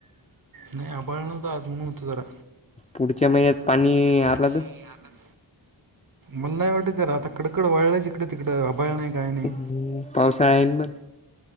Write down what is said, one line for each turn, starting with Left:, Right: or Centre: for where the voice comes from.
Right: नाही आबाळ नवत आज, ऊन होतं जरा.
Left: पुढच्या महिन्यात. पाणी
Right: <unintelligible> पाण
Left: आला
Right: आलं. मला नाही वाटत तर आता कडकड वळलं आहे इिकडे तिकडं, अभाळ नाही काय नाही.
Left: तर पावसाळा आहे म